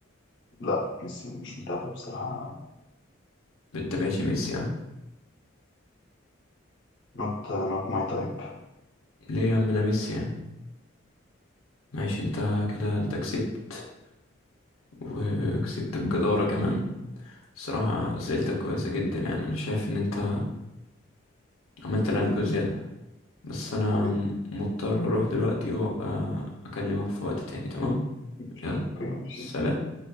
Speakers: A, on the left; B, on the left.
A: لا مش مش متابع بصراحة
B: بتتابعش ميسي يعني
A: not not my type
B: ليه يا عم ده ميسي يعني ماشي انت كده انت كسبت وكسبت بجدارة كمان الصراحة أسئلتك كويسة جدا يعني أنا شايف إن أنت عملت اللي عليك وزيادة بس أنا
A: حبيبي
B: مضطر أروح دلوقتي وأبقى أكلمك في وقت تاني تمام
A: مش
B: يلا
A: اوكي
B: سلام
A: مش